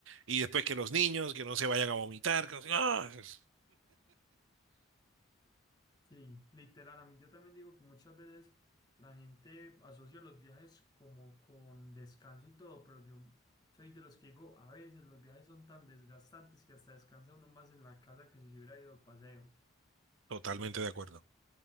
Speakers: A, on the right; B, on the left.
A: y después que los niños, que no se vayan a vomitar, que no sé- ¡Ah! Es-
B: sí, literal, a mí yo también digo que muchas veces la gente asocia los viajes como con descanso y todo, pero yo soy de los que digo, a veces los viajes son tan desgastantes que hasta descansa uno más en la casa que si se hubiera ido de paseo.
A: Totalmente de acuerdo.